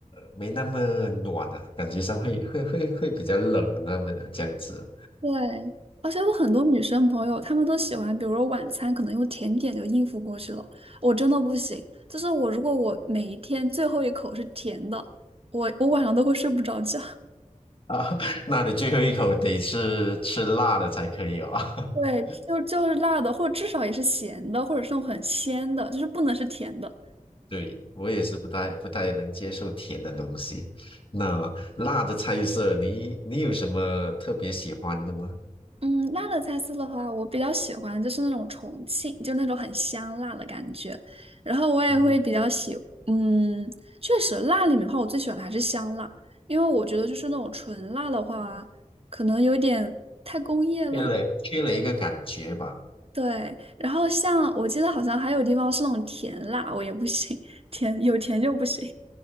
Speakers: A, on the left; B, on the right.
A: 没那么暖啊，感觉上会会会会比较冷那么的这样子
B: 对，而且我很多女生朋友，她们都喜欢，比如说晚餐可能用甜点就应付过去了，我真的不行。就是我如果我每一天最后一口是甜的，我我晚上都会睡不着觉。
A: 啊。<laughs> 那你最后一口得是吃辣的才可以哦。<laughs>
B: 对，就就是辣的，或者至少也是咸的，或者是那种很鲜的，就是不能是甜的。
A: 对，我也是不太不太能接受甜的东西。那辣的菜色，你你有什么特别喜欢的吗？
B: 嗯，辣的菜色的话，我比较喜欢就是那种重庆，就那种很香辣的感觉。然后我也会比较喜，
A: 嗯
B: 嗯，确实辣里面的话，我最喜欢的还是香辣，因为我觉得就是那种纯辣的话，可能有点太工业了。
A: 缺了缺了一个感觉吧。
B: 对，然后像我记得好像还有地方是那种甜辣，我也不行，甜有甜就不行。